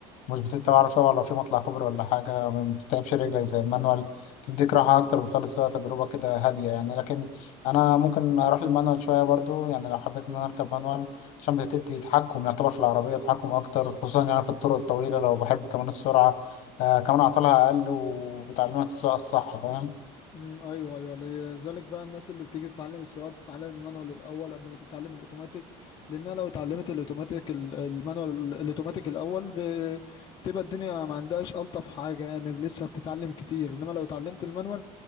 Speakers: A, on the left; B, on the left.
A: مش بتبقى عارف طبعا لو في مطلع كوبري ولا حاجة ما بتتعبش رجلك زي المانوال تديك راحة أكتر بتخلص فيها تجربة كده هادية يعني لكن أنا ممكن أروح المانوال شوية برضو يعني لو حبيت إن أنا أركب مانوال عشان بتدي تحكم يعتبر في العربية تحكم أكتر خصوصا يعني في الطرق الطويلة لو بحب كمان السرعة آه كمان أعطالها أقل وبتعلمك السواقة الصح فاهم
B: امم ايوه ايوه لذلك بقى الناس اللي بتيجي تتعلم السواقه بتتعلم المانوال الاول قبل ما تتعلم الاوتوماتيك لانها لو اتعلمت الاوتوماتيك ال- المانوال ال- الاوتوماتيك الاول ب- بتبقى الدنيا ما عندهاش الطف حاجه يعني لسه بتتعلم كتير انما لو اتعلمت المانوال